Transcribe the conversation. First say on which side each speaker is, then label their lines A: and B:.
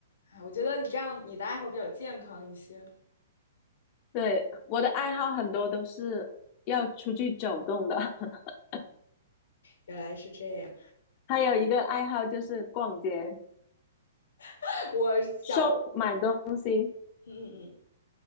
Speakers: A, on the left; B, on the left.
A: 哎，我觉得你这样，你的爱好比较健康一些。
B: 对，我的爱好很多都是要出去走动的，<laughs>
A: 原来是这样，
B: 还有一个爱好就是逛街、
A: <laughs> 我小，
B: shop
A: 嗯
B: 买东西。
A: 嗯嗯，